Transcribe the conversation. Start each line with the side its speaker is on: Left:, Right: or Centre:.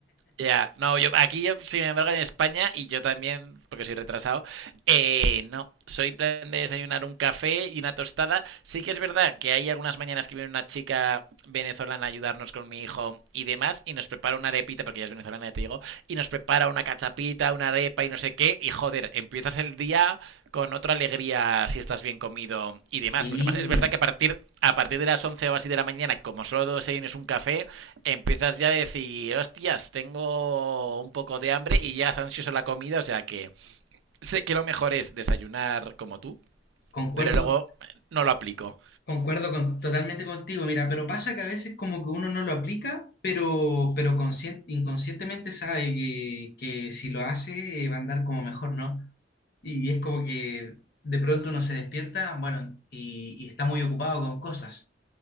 Right: Ya, no, yo aquí yo, sin embargo, en España, y yo también, porque soy retrasado, eh, no, soy plan de desayunar un café y una tostada. Sí que es verdad que hay algunas mañanas que viene una chica venezolana a ayudarnos con mi hijo y demás, y nos prepara una arepita, porque ella es venezolana, ya te digo, y nos prepara una cachapita, una arepa y no sé qué, y joder, empiezas el día con otra alegría si estás bien comido y demás,
Left: Sí.
Right: porque además es verdad que a partir, a partir de las 11 o así de la mañana, como solo desayunes un café, empiezas ya a decir, hostias, tengo un poco de hambre y llegas ansioso a la comida, o sea que sé que lo mejor es desayunar como tú,
Left: Concuerdo,
Right: pero luego no lo aplico.
Left: concuerdo con- totalmente contigo, mira, pero pasa que a veces como que uno no lo aplica, pero, pero conscien- inconscientemente sabe que, que si lo hace eh, va a andar como mejor, ¿no? Y, y es como que de pronto uno se despierta, bueno, y, y está muy ocupado con cosas.